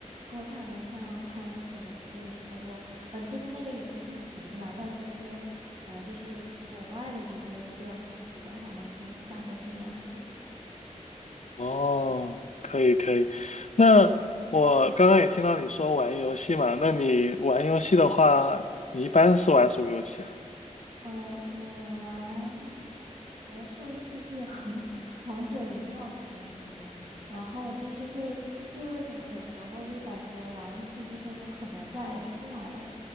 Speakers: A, on the right; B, on the left.
A: 国产的像腾龙什么，其实有时候，嗯、其实那个也不是很便宜了。但是跟，呃，就是国外的这些资料相比的话，还是价格低廉很多。
B: 哦，可以可以。那我刚刚也听到你说玩游戏嘛，那你玩游戏的话，你一般是玩什么游戏啊？
A: 呃，我玩魔兽世界和 <laughs> 王者荣耀比较多，然后就是会，这个为什么有时候就感觉玩一次之后就很难再出来了，